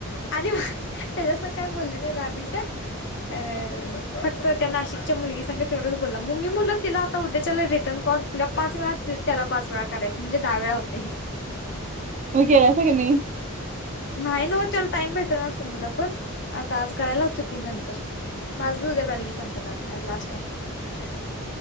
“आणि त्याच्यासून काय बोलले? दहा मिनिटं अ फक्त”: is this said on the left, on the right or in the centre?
Left